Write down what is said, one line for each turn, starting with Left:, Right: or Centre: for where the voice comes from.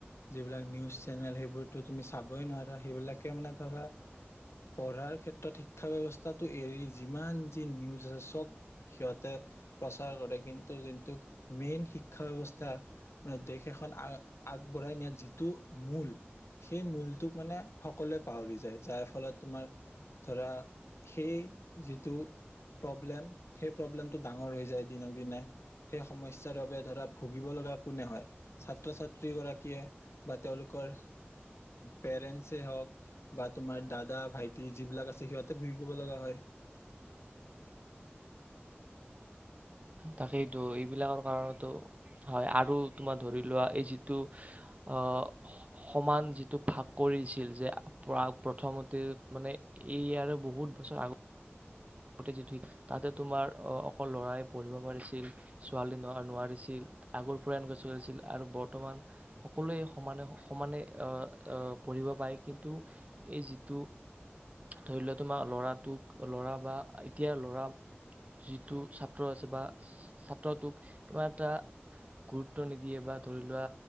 Left: যিবিলাক নিউজ চেনেল সেইবোৰতো তুমি চাবই নোৱাৰা সেইবিলাকে মানে ধৰা পঢ়াৰ ক্ষেত্ৰত শিক্ষা ব্যৱস্থাটো এৰি যিমান যি নিউজ আছে চব সিহঁতে প্ৰচাৰ কৰে কিন্তু যোনটো মেইন শিক্ষা ব্যৱস্থা মানে দেশ এখন আ আগবঢ়াই নিয়াৰ যিটো মূল সেই মূলটোক মানে সকলোৱে পাহৰি যায় যাৰ ফলত তোমাৰ ধৰা সেই যিটো প্ৰব্লেম সেই প্ৰব্লেমটো ডাঙৰ হৈ যায় দিনক দিনে সেই সমস্যাৰ বাবে ধৰা ভুগিব লগা কোনে হয় ছাত্ৰ ছাত্ৰীগৰাকীয়ে বা তেওঁলোকৰ পেৰেণ্টছেই হওক বা তোমাৰ দাদা ভাইটি যিবিলাক আছে সিহঁতে ভোগিব লগা হয়
Right: তাকেইটো এইবিলাকৰ কাৰণতো হয় আৰু তোমাৰ ধৰি লোৱা এই যিটো আহ স সমান যিটো ভাগ কৰিছিল যে প্ৰথমতে মানে এইয়াৰে বহুত বছৰ আগ আগতে যিটো তাতে তোমাৰ আহ অকল ল'ৰাই পঢ়িব পাৰিছিল ছোৱালী ন নোৱাৰিছিল আগৰ পৰা এনেকুৱা চলিছিল আৰু বৰ্তমান সকলোৱে সমানে সমানে আহ আহ পঢ়িব পায় কিন্তু এই যিটো ধৰি লোৱা তোমাৰ ল'ৰাটোক ল'ৰা বা এতিয়া ল'ৰা যিটো ছাত্ৰ আছে বা ছাত্ৰটোক ইমান এটা গুৰুত্ব নিদিয়ে বা ধৰি লোৱা